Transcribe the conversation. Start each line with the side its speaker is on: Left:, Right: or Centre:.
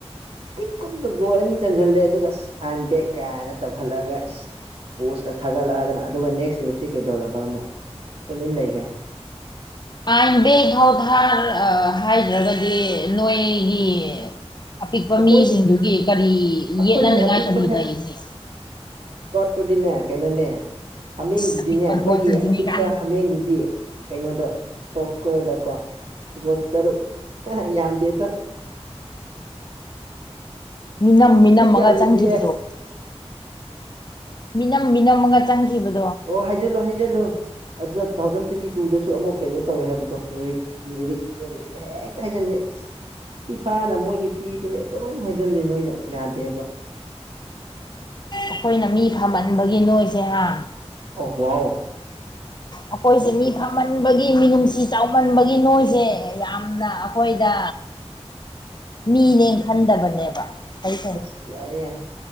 Right: ꯑꯄꯤꯛꯄꯗꯨꯗ ꯒꯣꯜ ꯑꯅꯤ ꯆꯟꯁꯤꯜꯂꯦ ꯑꯗꯨꯒ ꯑꯁ ꯑꯥꯏ ꯑꯦꯝ ꯕꯦꯛ ꯀꯥꯏꯅ ꯇꯧꯈꯠꯂꯛꯑꯒ ꯏꯁ ꯄꯣꯁꯀ ꯊꯥꯒꯠꯂꯛꯑꯗꯅ ꯑꯗꯨꯒ ꯅꯦꯛꯁ ꯃꯦꯠꯆꯇꯤ ꯀꯩꯗꯧꯔꯕ ꯑꯃꯨꯛ ꯇꯃꯤꯟ ꯂꯩꯒ꯭ꯔꯦ
Left: ꯑꯥꯔꯟꯗꯦ ꯊꯥꯎ ꯊꯥ ꯑ ꯍꯥꯏꯗ꯭ꯔꯒꯗꯤ ꯅꯣꯏꯒꯤ ꯑꯄꯤꯛꯄ
Right: ꯑꯩꯈꯣꯏꯒꯤ
Left: ꯃꯤꯁꯤꯡꯗꯨꯒꯤ ꯀꯔꯤ
Right: ꯑꯩꯈꯣꯏꯒꯤ
Left: ꯌꯦꯠꯅꯅꯤꯉꯥꯏ
Right: ꯑꯄꯤꯛꯄ
Left: ꯀꯔꯤ ꯂꯩꯁꯦ
Right: ꯇꫪꯗꯤꯅꯦ ꯀꯩꯅꯣꯅꯦ ꯍꯥꯃꯦꯡꯗꯨꯗꯤꯅꯦ
Left: ꯏꯁ ꯑꯄꯤꯛꯄ
Right: ꯑꯩꯈꯣꯏꯒꯤ
Left: ꯒꯣꯠꯇꯨꯗꯤꯅꯦ
Right: ꯑꯄꯤꯛꯄ
Left: ꯀꯥꯏꯅ
Right: ꯍꯥꯃꯦꯡꯗꯨꯗꯤ ꯀꯩꯅꯣꯗꯣ ꯇꯣꯞꯏꯁ꯭ꯀꫭꯔꫪ ꯗꯀꯣ ꯒꫭꯜ ꯇꯔꯨꯛ ꯌꯥꯝ ꯗꯦꯗ
Left: ꯃꯤꯅꯝ ꯃꯤꯅꯝꯃꯒ
Right: ꯀꯌꯥ ꯂꯩꯒꯦ
Left: ꯆꯪꯈꯤꯕꯗꯨ ꯃꯤꯅꯝ ꯃꯤꯅꯝꯃꯒ ꯆꯪꯈꯤꯕꯗꯣ
Right: ꯑꯣ ꯍꯥꯏꯖꯜꯂꯨ ꯍꯥꯏꯖꯜꯂꯨ ꯑꯗꯨꯅ ꯇꯨ ꯊꯥꯎꯖꯟ ꯇ꯭ꯋꯦꯟꯇꯤ ꯇꯨꯗꯁꯨ ꯑꯃꯨꯛ ꯀꯩꯅꯣ ꯇꯧꯋꯦ ꯍꯥꯏꯕꯗꯣ ꯔꯤꯛꯅꯦ ꯔꯤꯛꯅꯦ ꯔꯤꯛꯅꯦ ꯍ ꯍꯦꯛꯇ ꯍꯥꯏꯖꯟꯕꯤ ꯑꯁ ꯐꯤꯐꯥꯅ ꯃꯣꯏꯒꯤ ꯄꯤꯕꯅꯦ ꯑꯗꯨꯝ ꯍꯩꯖꯤꯜꯂꯤ ꯅꯣꯏꯅ ꯌꯥꯗꯦꯕ <unintelligible>
Left: ꯑꯩꯈꯣꯏꯅ ꯃꯤ ꯐꯝꯍꯟꯕꯒꯤ ꯅꯣꯏꯁꯦ ꯍꯥ
Right: ꯑꯣ ꯋꯥꯎ
Left: ꯑꯩꯈꯣꯏꯁꯦ ꯃꯤ ꯈꯝꯍꯟꯕꯒꯤ ꯃꯤꯅꯨꯡꯁꯤ ꯆꯥꯎꯃꯟꯕꯒꯤ ꯅꯣꯏꯁꯦ ꯌꯥꯝꯅ ꯑꯩꯈꯣꯏꯗ ꯃꯤꯅꯦ ꯈꯟꯗꯕꯅꯦꯕ ꯑꯩꯁꯦ
Right: ꯑꯁ ꯌꯥꯔꯦ ꯌꯥꯔꯦ